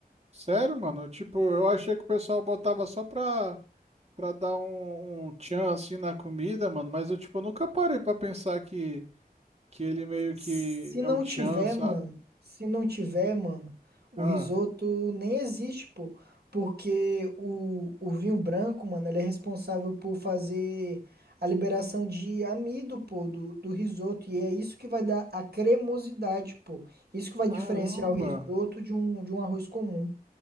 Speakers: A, on the right (about 40°); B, on the right (about 90°).
A: Sério, mano? Tipo, eu achei que o pessoal botava só pra, pra dar um, um tchan assim na comida, mano. Mas eu, tipo, nunca parei pra pensar que, que ele meio
B: Se
A: que
B: não
A: é o tchan,
B: tiver,
A: sabe?
B: mano, se não tiver, mano, o
A: Ah,
B: risoto nem existe, pô. Porque o, o vinho branco, mano, ele é responsável por fazer a liberação de amido, pô, do, do risoto. E é isso que vai dar a cremosidade, pô. Isso que vai
A: caramba.
B: diferenciar o risoto de um, de um arroz comum.